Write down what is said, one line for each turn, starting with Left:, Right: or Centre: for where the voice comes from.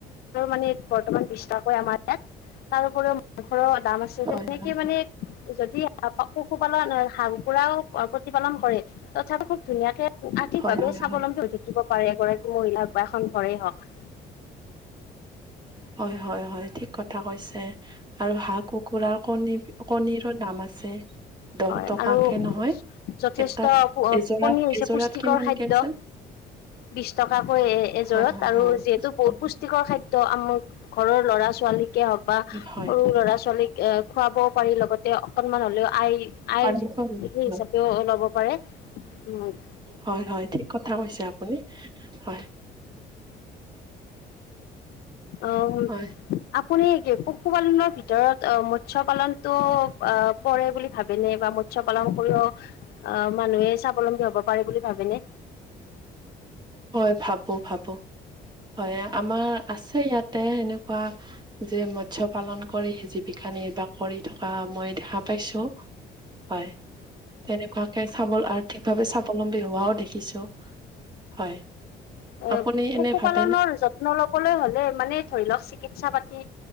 Left: মানে বৰ্তমান বিশটাকৈ আমাৰ তাৰপৰিও মাংসৰৰ দাম আছে
Right: হয়
Left: তেনেকে
Right: হয় হয়
Left: মানে- যদি পশুপালন হাঁহ-কুকুৰাও প্ৰতিপালন কৰে তথাপি খুব ধুনীয়াকে- আৰ্থিকভাৱে
Right: হয় হয়
Left: স্বাৱলম্বী
Right: হয়
Left: হৈ থাকিব এগৰাকী মহিলা হওঁক বা এখন ঘৰে হওঁক।
Right: হয়-হয়-হয় ঠিক কথা কৈছে। আৰু হাঁহ-কুকুৰাৰ কণী-কণীৰো দাম আছে। দহ
Left: হয়,
Right: টকাকে
Left: আৰু
Right: নহয়
Left: যথেষ্ট
Right: এটাত এযোৰাত
Left: কণী হৈছে
Right: এযোৰাত
Left: পুষ্টিকৰ
Right: কিমানকে
Left: খাদ্য।
Right: আছে
Left: বিশ টকাকৈ এযোৰত,
Right: হয় হয়
Left: আৰু
Right: হয়
Left: যিহেতু বহুত
Right: হয়
Left: পুষ্টিকৰ খাদ্য- আমুক ঘৰৰ ল'ৰা-ছোৱালীকে হওঁক বা
Right: হয়
Left: সৰু ল'ৰা-ছোৱালীক- খুৱাবও পাৰি লগতে অকণমান হ'লেও আয়- আয়ৰ
Right: হয়
Left: সেই হিচাপেও ল'ব পাৰে, উমঁ।
Right: হয়-হয়, ঠিক কথা কৈছে আপুনি, হয়।
Left: অ'।
Right: হয়
Left: আপুনি পশুপালনৰ ভিতৰত মৎস্য পালনটো আ' পৰে বুলি ভাবে নে বা- মৎস্য পালন কৰিও আঁহ' মানুহে স্বাৱলম্বী হ'ব পাৰে বুলি ভাবে নে?
Right: হয়, ভাবো-ভাবো। হয়, আমাৰ আছে ইয়াতে তেনেকুৱা যে মৎস্য পালন কৰি জী - ৱিকা নিৰ্বাহ কৰি থকা মই দেখা- পাইছোঁ। হয়, তেনেকুৱাকে স্বাৱল, আৰ্থিকভাৱে স্বাৱ - লম্বী হোৱাও দেখিছো। হয়,
Left: এ
Right: আপুনি
Left: পশুপালনৰ
Right: এনেই ভাবি
Left: যত্ন ল'বলৈ হ'লে মানে ধৰি লওঁক চিকিৎসা পাতি